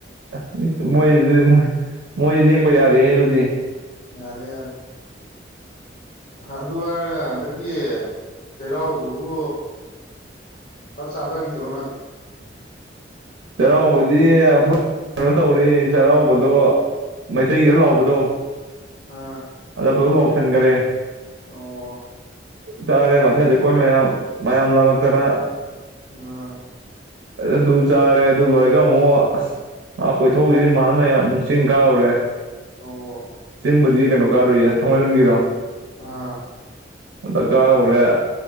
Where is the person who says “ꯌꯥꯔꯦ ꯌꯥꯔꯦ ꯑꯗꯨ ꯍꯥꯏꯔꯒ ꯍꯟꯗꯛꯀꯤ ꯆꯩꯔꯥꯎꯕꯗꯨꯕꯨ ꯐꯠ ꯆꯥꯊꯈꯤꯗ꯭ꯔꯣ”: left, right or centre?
Left